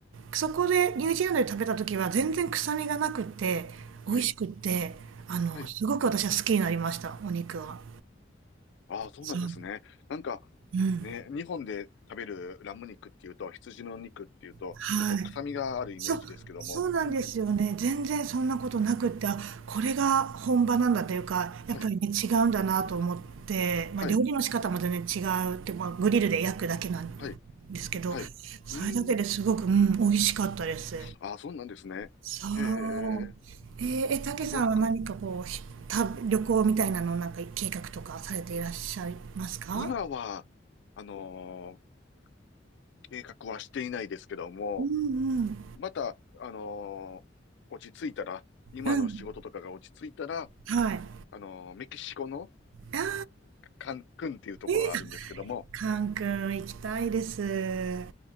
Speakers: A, on the right; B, on the left.
A: そこでニュージーランドで食べた時は全然臭みがなくて美味しくってあのすごく私は好きになりましたお肉は
B: はい。はい。ああ、そうなんですね。
A: そう
B: なんか、
A: うん
B: ね、日本で食べるラム肉っていうと、羊の肉っていうと、
A: はい
B: ちょっと臭みがあるイメージですけども。
A: そうそうなんですよね全然そんなことなくってあこれが本場なんだというかやっぱりね違うんだなと思って、
B: うん。はい。
A: まあ、
B: はい。
A: 料理の仕方も全然違うって、まあ、グリルで焼くだけなん
B: はい。
A: ですけどそれだけですごく、
B: はい。うーん。
A: うん、美味しかったです
B: ああ、そうなんですね。
A: そう。
B: へえ。
A: えー、え、たけさんは何かこう、
B: そっか。
A: ひた、旅行みたいなのをなんか計画とかされていらっしゃいますか
B: 今は、あのー計画はしていないですけども、
A: うん
B: また、あのー落ち着いたら、今の仕事とかが落ち着いたら、
A: うん。うん。はい。
B: あのーメキシコの
A: ああ、
B: カンクンっていうところがあるんですけども、
A: え、カン君行きたいです。え